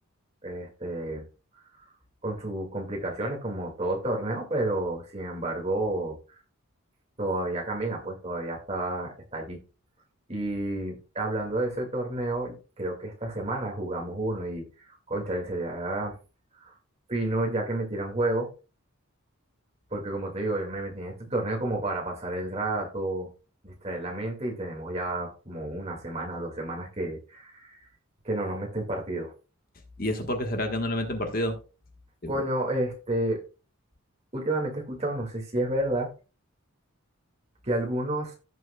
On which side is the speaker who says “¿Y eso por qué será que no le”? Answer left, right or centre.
Left